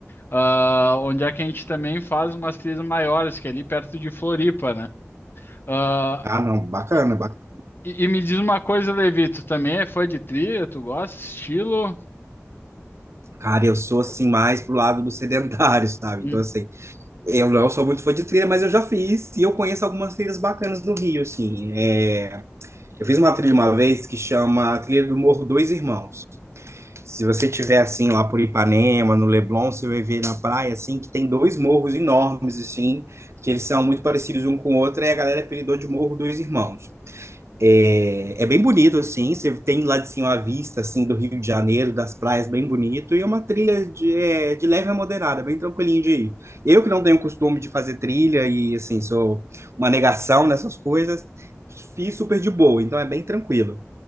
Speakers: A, on the left; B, on the right.
A: Ah, onde é que a gente também faz umas trilhas maiores, que é ali perto de Floripa, né? Ah,
B: Ah, não, bacana,
A: e,
B: bacana.
A: e- e me diz uma coisa, Levi, tu também é fã de trilha? Tu gosta? Estilo?
B: Cara, eu sou assim mais pro lado do sedentário, sabe?
A: Hum,
B: Então, assim, eu não sou muito fã de trilha, mas eu já fiz e eu conheço algumas trilhas bacanas no Rio, assim. É, Eu fiz uma trilha uma vez que chama Trilha do Morro Dois Irmãos. Se você tiver assim lá por Ipanema, no Leblon, você vai ver na praia assim que tem dois morros enormes assim, que eles são muito parecidos um com o outro, e a galera apelidou de Morro dos Irmãos. É, é bem bonito assim, você tem lá de cima a vista assim do Rio de Janeiro, das praias, bem bonito, e é uma trilha de, é, de leve a moderada, bem tranquilinho de ir. Eu que não tenho costume de fazer trilha e assim, sou uma negação nessas coisas, fiz super de boa, então é bem tranquilo.